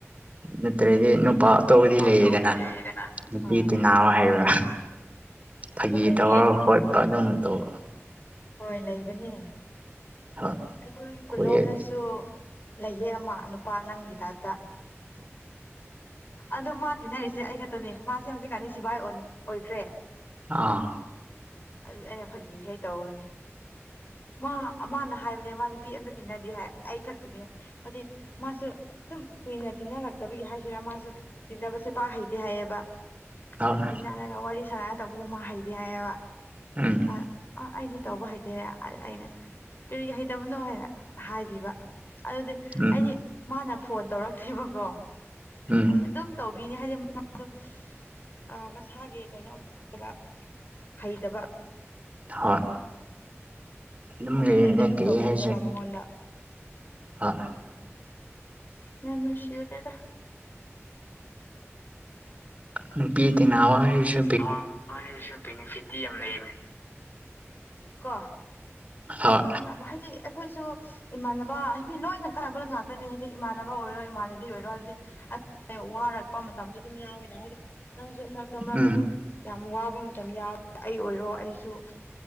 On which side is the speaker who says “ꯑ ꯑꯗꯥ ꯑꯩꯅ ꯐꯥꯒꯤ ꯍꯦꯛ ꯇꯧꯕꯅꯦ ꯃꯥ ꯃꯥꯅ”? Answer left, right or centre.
Left